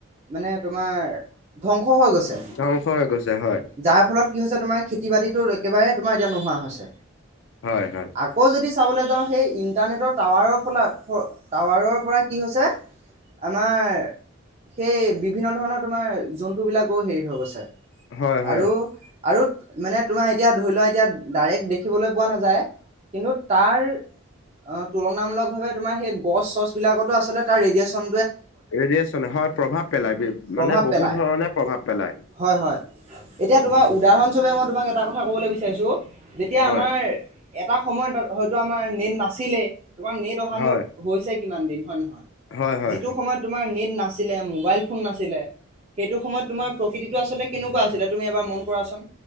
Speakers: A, on the right; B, on the left.
A: মানে তোমাৰ ধ্বংস হৈ গৈছে
B: ধ্বংস হৈ গৈছে হয়
A: যাৰ ফলত কি হৈছে তোমাৰ খেতি বাতিতো একেবাৰে তোমাৰ এতিয়া নোহোৱা হৈছে
B: হয় হয়
A: আকৌ যদি চাবলৈ যাওঁ সেই ইণ্টাৰনেটৰ টাৱাৰৰ ফল টাৱাৰৰ পৰা কি হৈছে আমাৰ সেই বিভিন্ন ধৰণৰ তোমাৰ যোন ফুবিলাকো হেৰি হৈ গৈছে
B: হয় হয়
A: আৰু আৰু মানে তোমাৰ এতিয়া ধৰি লোৱা এতিয়া ডাইৰেক্ট দেখিবলৈ পোৱা নাযায় কিন্তু তাৰ অ তুলনামূলক ভাৱে তোমাৰ সেই গছ চছ বিলাকতো আচলতে তাৰ ৰেডিয়েচন
B: ৰেডিয়েচনে হয় প্ৰভাৱ পেলাই
A: প্ৰভাৱ
B: মানে বহুত
A: পেলায়
B: ধৰণে প্ৰভাৱ পেলায়
A: হয় হয়। এতিয়া তোমাৰ উদাহৰণস্বূপে মই তোমাক এটা কথা ক'বলৈ বিচাৰিছো যেতিয়া
B: হয়
A: আমাৰ এটা সময়ত ত হয়তো আমাৰ নেট নাছিলে তোমাৰ নেট অহাো
B: হয়
A: হৈছে কিমান দিন হয় নহয়।
B: হয় হয়
A: যিটো সময়ত তোমাৰ নেট নাছিলে মোবাইল ফোন নাছিলে সেইটো সময়ত তোমাৰ প্ৰকৃতি আচলতে কেনেকুৱা আছিলে তুমি এবাৰ মন কৰাচোন